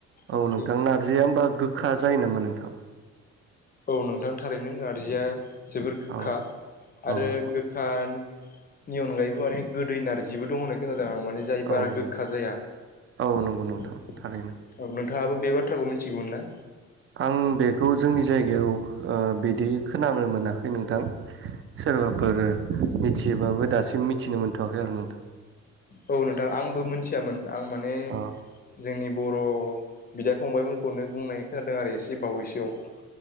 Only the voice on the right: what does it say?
औ
नोंथां नारजिया होमबा गोखा जायो नोमा नोंथां ।
औ औ
नंगौ
औ
नं
औ नंगौ नोंथां
थारैनो
आं बेखौ जोंनि जायगायाव ओ बिदि खोनानो मोनाखै नोंथां । सोरबाफोर मिथियोबाबो दासिम मिथिनो मोनथ'वाखै आरो नोंथां ।
अ